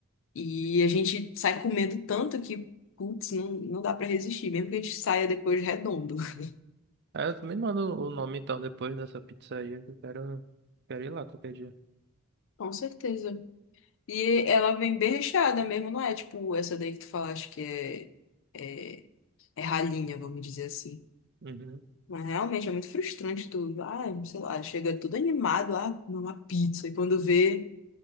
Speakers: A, on the left (about 60°); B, on the right (about 50°).
A: e a gente sai comendo tanto que, putz, não, não dá pra resistir, mesmo que a gente saia depois redondo. <laughs>
B: Aí eu também mando o nome então depois dessa pizzaria, que eu quero, quero ir lá qualquer dia.
A: Com certeza. E ela vem bem recheada mesmo, não é tipo essa daí que tu falaste que é. é é ralinha, vamos dizer assim.
B: Uhum.
A: Mas realmente é muito frustrante tudo. ah, sei lá, chega tudo animado, ah, comer uma pizza, e quando vê,